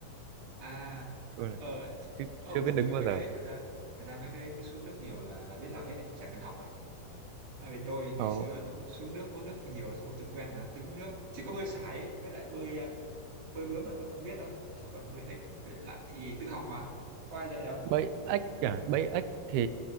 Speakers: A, on the right (about 65°); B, on the right (about 85°).
A: à
B: ừ.
A: ờ
B: chứ
A: ông
B: chưa biết
A: từ
B: đứng
A: từ
B: bao
A: mấy
B: giờ
A: cái đấy thật ra thật ra mấy cái đấy cứ xuống nước nhiều là là biết làm hết đấy chả cần học đâu tại vì tôi ngày
B: ờ,
A: xưa tôi cũng xuống nước uống nước nhiều xong rồi tôi quen mà đứng nước chỉ có bơi sải với lại bơi à, bơi bướm là tôi không biết đâu chứ còn bơi ếch với lại lặn thì tự học mà có ai dạy đâu
B: bẫy ếch à bẫy ếch thì